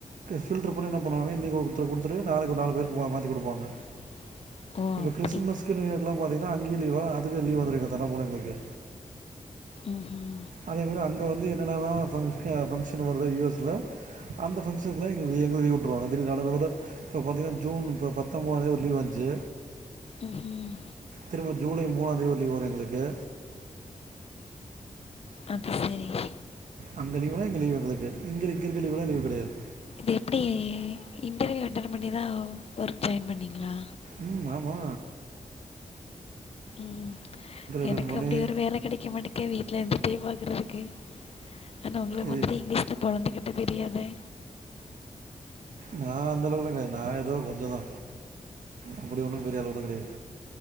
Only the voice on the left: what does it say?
<inaudible>
அப்படி
ம் ம்
ம் ம்
அப்ப சேரிங்க
இது எப்டி இன்டர்வியூ அட்டன் பண்ணி தா ஒர்க் ஜாயின் பண்ணிங்களா
ம் எனக்கு
அப்டி ஒரு வேல கெடைக்க மாடி க்கு வீட்ல இருந்துட்டே பாக்குறதுக்கு ஆனா உங்கள்
மாதிரி இங்கிலீஷ்ல பொழந்துக்கட்ட தெரியாதே